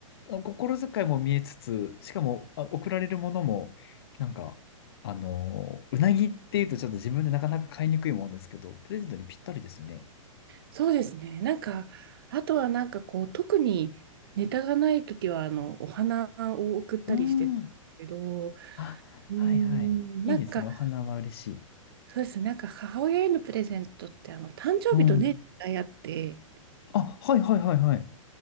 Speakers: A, on the left (about 45°); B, on the right (about 45°).
A: あ心遣いも見えつつ、しかも、あ、送られるものも、なんか、あのーうなぎっていうとちょっと自分でなかなか買いにくいもんですけど、プレゼントにぴったりですね。
B: そうですね。なんか、あとはなんかこう、特にネタがないときは、あの、お花を送ったりしてたんですけど、
A: うん。
B: う
A: あ、
B: ーん、
A: はいはい。いいですね。
B: なんか、
A: お花は嬉しい。
B: そうですね。なんか母親へのプレゼントって、あの、誕生日とね、
A: うん。
B: あって、
A: あ、はいはいはいはい。